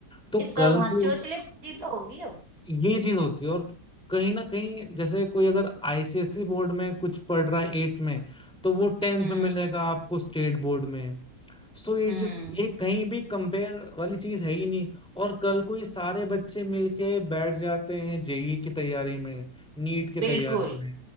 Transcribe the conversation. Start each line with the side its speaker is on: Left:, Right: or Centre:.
Centre: तो
Right: ये सब
Centre: कल
Right: हाँ
Centre: को
Right: चोचले बाजी तो होगी अब
Centre: ये चीज होती है और कहीं ना कहीं जैसे कोई अगर आईसीएसई बोर्ड में कुछ पढ़ रहा है एट में तो वो टेंथ
Right: हम्म
Centre: में मिलेगा आपको स्टेट बोर्ड में सो ये
Right: हम्म
Centre: जो ये कहीं भी कंपेयर वाली चीज है ही नहीं और कल कोई सारे बच्चे मिलके बैठ जाते हैं जेई की तैयारी में नीट की
Right: बिल्कुल
Centre: तैयारी में